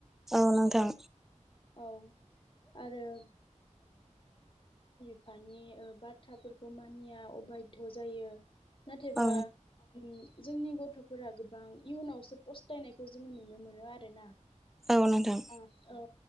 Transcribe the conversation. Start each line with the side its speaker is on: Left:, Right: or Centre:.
Centre: औ नोंथां
Left: औ आरो मानि बाथ्राफोरखौ मानिया अबाय ध' जायो नाथायबा
Centre: औ
Left: ओम जोंनि गथ'फोरा गोबां इयुनावसो फस्थायनायखौ जोङो नुनो मोनो आरोना
Centre: औ नोंथां
Left: औ